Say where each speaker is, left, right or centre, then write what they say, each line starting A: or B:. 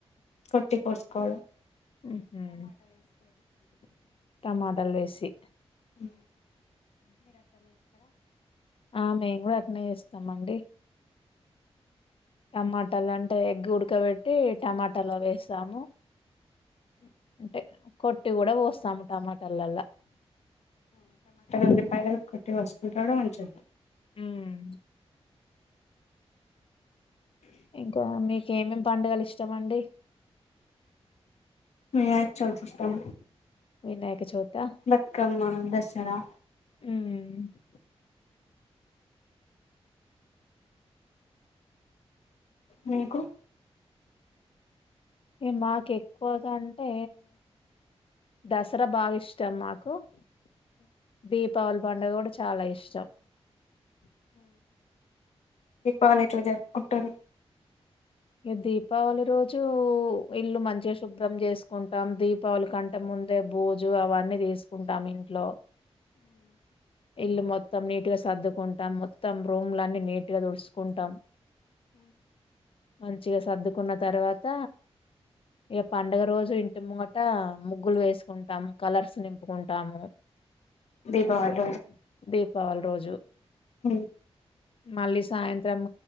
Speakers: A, on the left (about 85°); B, on the left (about 55°).
A: కొట్టి పోస్కోడం
B: మ్మ్ హ్మ్ టమాటలు వేసి
A: ఉ
B: ఆ మేం గూడ అట్నేస్ తామండి టమాటాలు అంటే ఎగ్ ఉడకబెట్టి టమాటాలు వేస్ తాము అంటే కొట్టి కూడా పో సాము టమాటలల్లా
A: ఉల్లిపాయలను కొట్టి కోస్కుంటాడు మంచిగా
B: హుమ్ ఇంకా మీ ఏమేమి పండుగలు ఇష్టమండి
A: వినాయచవితి ఇష్టం
B: వినాయక చవితా
A: బతుకమ్మ దసరా
B: హ్మ్
A: మీకు
B: ఏ మాకు ఎక్కువగా అంటే దస్ రా బాగా ఇష్టం మాకు దీపావళి పండుగ గూడ చాలా ఇష్టం
A: దీపావళి ఎట్ల జరుపుకుంటారు
B: దీపావళి రోజు ఇల్లు మంచిగా శుభ్రం చేసుకుంటాం దీపావళి కంటే ముందే బూజు అవన్నీ తీసుకుంటాం ఇంట్లో ఇల్లు మొత్తం నీ గ సర్దుకున్ మొత్తం రూమ్లన్నీ నీటిగా తుడ్సుకుంటాం మంచిగా సర్దుకున్న తర్వాత ఇగ పండుగ రోజు ఇంటి ముంగ ట ముగ్గులు వేసుకుంటం కలర్స్ నింపుకుంటం
A: దీపావళి
B: దీపావళి రోజు
A: హు
B: మళ్ళీ సాయంత్రం